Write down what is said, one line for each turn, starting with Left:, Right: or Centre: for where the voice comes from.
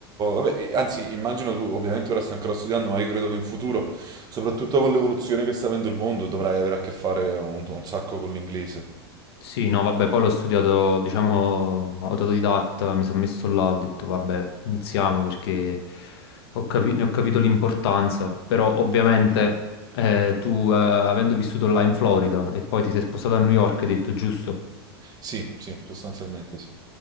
Right: vabbè, anzi, immagino tu, ovviamente ora stai ancora studiando, ma io credo che in futuro, soprattutto con l'evoluzione che sta avendo il mondo, dovrai avere a che fare un, un sacco con l'inglese.
Left: Sì, no, vabbè, poi l'ho studiato, diciamo, autodidatta, mi sono messo là, ho detto, vabbè, iniziamo perché ho capi- ne ho capito l'importanza, però ovviamente eh, tu, eh, avendo vissuto là in Florida e poi ti sei spostato a New York, hai detto, giusto?
Right: Sì, sì, sostanzialmente sì.